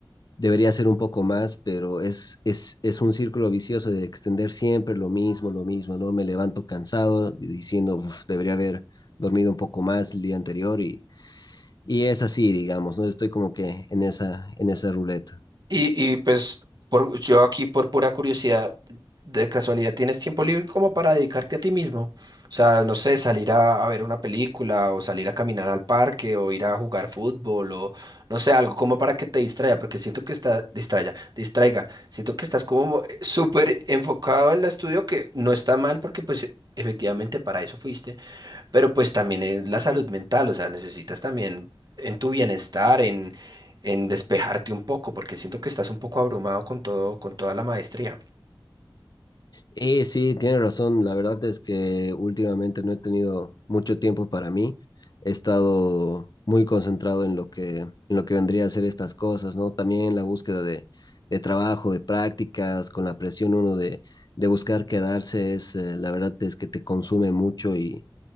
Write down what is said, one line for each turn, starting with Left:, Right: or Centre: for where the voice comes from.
Left: debería ser un poco más, pero es, es, es un círculo vicioso de extender siempre lo mismo, lo mismo, ¿no? Me levanto cansado diciendo, uf, debería haber dormido un poco más el día anterior y, y es así, digamos, ¿no? Estoy como que en esa, en esa ruleta.
Right: Y, y pues por, yo aquí por pura curiosidad, de casualidad, ¿tienes tiempo libre como para dedicarte a ti mismo? O sea, no sé, salir a, a ver una película o salir a caminar al parque o ir a jugar fútbol o no sé, algo como para que te distraiga, porque siento que está, distraiga, distraiga, siento que estás como eh, súper enfocado en el estudio que no está mal porque pues efectivamente para eso fuiste pero pues también es la salud mental, o sea, necesitas también en tu bienestar, en, en despejarte un poco, porque siento que estás un poco abrumado con todo, con toda la maestría.
Left: Y sí, tiene razón. La verdad es que últimamente no he tenido mucho tiempo para mí. He estado muy concentrado en lo que, en lo que vendría a ser estas cosas, ¿no? También la búsqueda de, de trabajo, de prácticas, con la presión uno de, de buscar quedarse, es, eh, la verdad es que te consume mucho y,